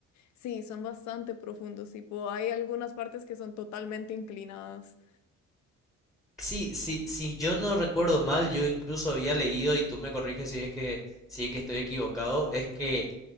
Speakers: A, on the left; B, in the centre.
A: sí, son bastante profundos. Tipo, hay algunas partes que son totalmente inclinadas.
B: Sí, sí, si yo no recuerdo mal, yo incluso había leído, y tú me corriges si es que, si es que estoy equivocado, es que